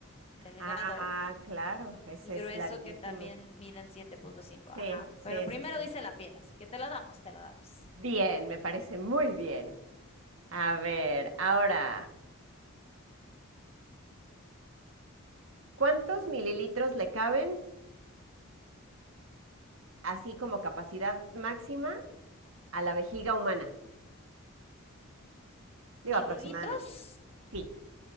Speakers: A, on the left (about 30°); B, on the right (about 65°).
A: delgado
B: Ah, claro, ese
A: y grueso
B: es larguísimo.
A: que también miden siete punto cinco. Ajá,
B: Sí, sí,
A: pero primero
B: sí, sí.
A: dice la piel, así que te la damos, te la damos.
B: Bien, me parece muy bien. A ver, ahora. ¿Cuántos mililitros le caben, así como capacidad máxima, a la vejiga humana? Digo,
A: Mililitros,
B: aproximadamente. Sí,